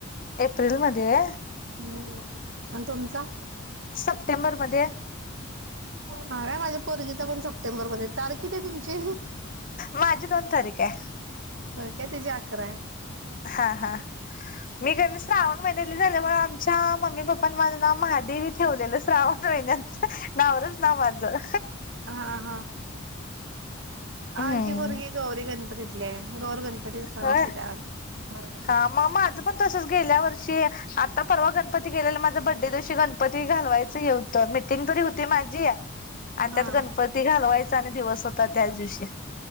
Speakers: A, on the left (about 40°); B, on the right (about 60°).
A: एप्रिलमध्ये
B: हो आणि तुमचा?
A: सप्टेंबर मध्ये
B: म माझ्या पोरगीचा पण सप, स्टेंबर मध्ये तारखिथे तुमची
A: माझी दोन तारीख आहे
B: हो काय तुझी अकरा आहे.
A: हा हा, मी कर श्रावण महिन्याली झालं मग आमच्या मम्मी पप्पनी माझं नाव महादेवी ठेवलेलं श्रावण महिन्याच नावरच ना माझं,
B: हा हा हा.
A: हम्म
B: आमची पोरगी गौरी गणपतीतली आहे. गौर गणपती सण
A: होय
B: असू त्यावर ह,
A: हा मग माझं पण तसच गेल्या वर्षी आता परवा गणपती गेलेला माझा बर्थडे दिवशी गणपती घालवायचं होतं मी मीटिंग तरी होती माझी आणि
B: हा
A: त्यात गणपती घालवायचा आणि दिवस होता त्याच दिवशी,